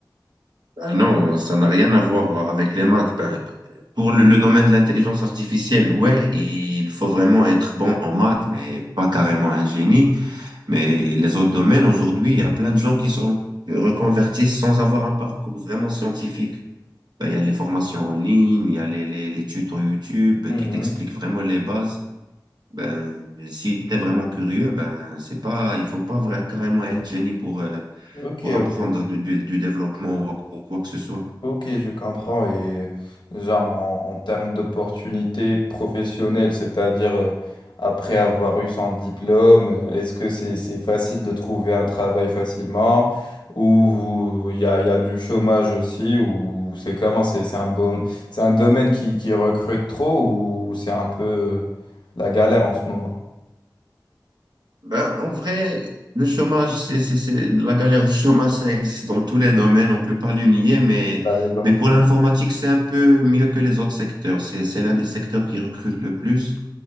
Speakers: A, on the right; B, on the left.
A: Ah Non, ça n'a rien à voir avec les maths. Ben, pour le, le domaine de l'intelligence artificielle, ouais, il faut vraiment être bon en maths, mais pas carrément un génie. Mais les autres domaines, aujourd'hui, il y a plein de gens qui sont qui reconvertissent sans avoir un parcours vraiment scientifique. Ben, il y a les formations en ligne, il y a les, les, les tutos YouTube
B: Mhm.
A: qui t'expliquent vraiment les bases. Ben, si tu es vraiment curieux, ben, c'est pas, il faut pas vraiment, carrément être génie pour, euh,
B: Ok,
A: pour apprendre
B: ok.
A: du, du, du développement ou ou quoi que ce soit.
B: Ok, je comprends. Et genre en, en termes d'opportunités professionnelles, c'est-à-dire euh, après avoir eu son diplôme, euh, est-ce que c'est c'est facile de trouver un travail facilement ou il y a, y a du chômage aussi ou, ou c'est comment? C'est c'est un bon, c'est un domaine qui, qui recrute trop ou c'est un peu euh, la galère en ce moment?
A: Ben, en vrai, le chômage, c'est, c'est, c'est- la galère du chômage, ça existe dans tous les domaines, on ne peut pas le nier, mais,
B: T'as raison.
A: mais pour l'informatique, c'est un peu mieux que les autres secteurs. C'est, c'est l'un des secteurs qui recrute le plus.